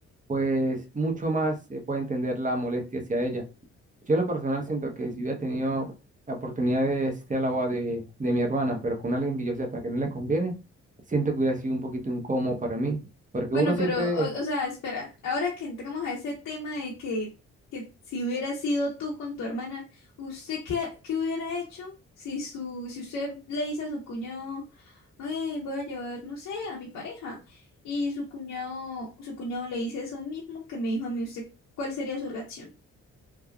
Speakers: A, on the right; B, on the left.
A: pues mucho más se puede entender la molestia hacia ella. Yo en lo personal siento que si hubiera tenido la oportunidad de asistir a la boda de, de mi hermana, pero con alguien que yo sepa que no le conviene, siento que hubiera sido un poquito incómodo para mí. Porque
B: Bueno,
A: uno siempre,
B: pero, o, o sea, espera, ahora que entramos a ese tema de que, que si hubiera sido tú con tu hermana, ¿usted qué, qué hubiera hecho si su, si usted le dice a su cuñado, "Ay, voy a llevar, no sé, a mi pareja? Y su cuñado, su cuñado le dice eso mismo que me dijo a mí, ¿usted cuál sería su reacción?